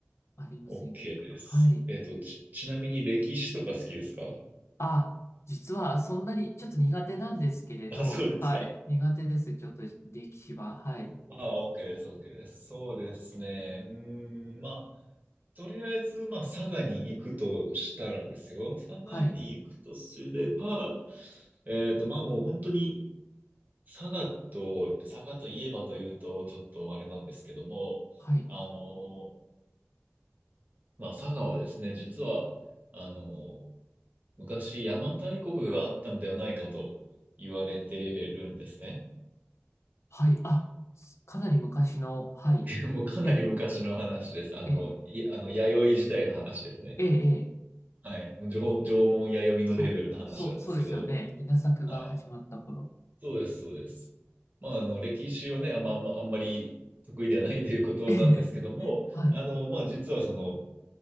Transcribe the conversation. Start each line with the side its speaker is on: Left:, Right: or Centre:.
Left: ありませんかはい。
Right: OK です。えっと、ち、ちなみに歴史とか好きですか
Left: あ、実はそんなにちょっと苦手なんですけれど、
Right: あ、そうですか。
Left: はい。苦手です。ちょっと歴史は。はい。
Right: まあ、OK です、OK です。そうですね。うーん、まあ、とりあえず、まあ、佐賀に行くとしたらですよ。佐賀に行くとすれば、
Left: はい。
Right: えっと、まあもう本当に、佐賀と、佐賀といえばというと、ちょっとあれなんですけども、
Left: はい。
Right: あの、まあ佐賀はですね、実は、あの、昔邪馬台国があったのではないかと言われてるんですね。
Left: はい。あ、すかなり昔の、はい。
Right: <laughs> もうかなり昔の話です。
Left: ええ、
Right: あの、
Left: ええ、
Right: い、あの、弥生時代の話ですね。
Left: ええ、ええ
Right: はい。もう縄、縄文弥生のレベルの話なんですけど、
Left: そう、そう、そうですよね。稲作が始まった頃。
Right: はい。そうです、そうです。まあ、あの、歴史はね、あんま、あんまあんまり得意ではないということなんですけども、
Left: ええ、はい。
Right: あの、まあ、実はその、